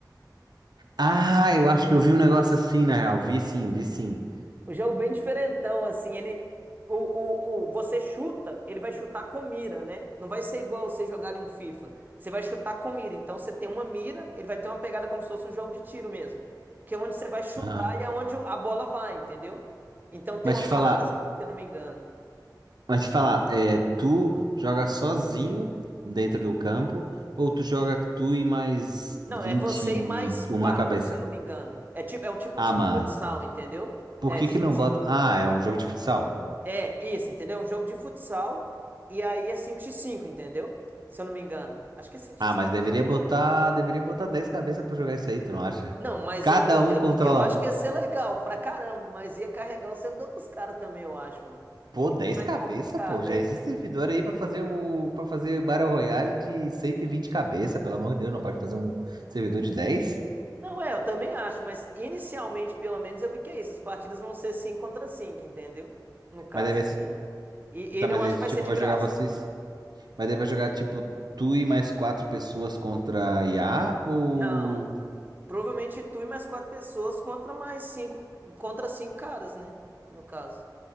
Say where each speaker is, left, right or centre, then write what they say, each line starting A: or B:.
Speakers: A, on the right; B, on the right.
A: Ah, eu acho que eu vi um negócio assim, na real. Vi sim, vi sim.
B: O jogo bem diferentão, assim, ele. O, o, o, você chuta, ele vai chutar com mira, né? Não vai ser igual você jogar ali um FIFA. Você vai chutar com mira. Então você tem uma mira, ele vai ter uma pegada como se fosse um jogo de tiro mesmo. Que é onde você vai chutar
A: Aham.
B: e é onde a bola vai, entendeu? Então tem
A: Mas
B: uma
A: te
B: parada
A: falar,
B: assim, se eu não me engano.
A: mas te falar, é, tu joga sozinho dentro do campo ou tu joga tu e mais
B: Não,
A: vinte
B: é você
A: e
B: e mais quatro,
A: uma cabeça?
B: se eu não me engano. É tipo, é um tipo
A: Ah,
B: um time
A: mano.
B: de futsal, entendeu?
A: Por
B: É
A: que
B: 5x.
A: que não bota. Ah, é um jogo de futsal.
B: É isso, entendeu? É um jogo de futsal e aí é cinco x cinco entendeu? Se eu não me engano. Acho que é cinco
A: Ah,
B: x 5
A: mas deveria botar. Deveria botar 10 cabeças pra jogar isso aí, tu não acha?
B: Não, mas
A: Cada
B: é- eu,
A: um
B: eu,
A: controla
B: eu acho
A: um.
B: que ia ser legal pra caramba, mas ia carregar o servidor dos caras também, eu acho, mano.
A: Pô,
B: Isso
A: 10
B: é mais
A: cabeças,
B: complicado,
A: pô. Já
B: é.
A: existe servidor aí pra fazer o. para fazer Battle Royale de 120 cabeças, pelo amor de Deus, não pode fazer um servidor de 10?
B: Não, é, eu também acho, mas inicialmente, pelo menos, eu vi que é isso. As partidas vão ser 5 contra 5, entendeu? No caso,
A: Mas daí vai
B: assim.
A: se.
B: E
A: dá
B: ele
A: mais
B: eu acho
A: aí,
B: que
A: tipo,
B: vai ser de
A: vai
B: graça.
A: jogar vocês. Mas daí vai jogar, tipo, tu e mais quatro pessoas contra IA ou.
B: Não, provavelmente tu e mais quatro pessoas contra mais cinco, contra cinco caras, né? No caso.